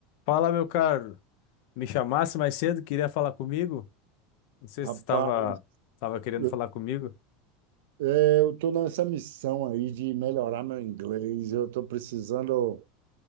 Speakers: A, on the left; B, on the right.
A: Fala, meu caro. Me chamasse mais cedo, queria falar comigo? Não sei
B: Rapaz,
A: se estava estava querendo
B: eu
A: falar comigo.
B: é, eu tô nessa missão aí de melhorar meu inglês. Eu estou precisando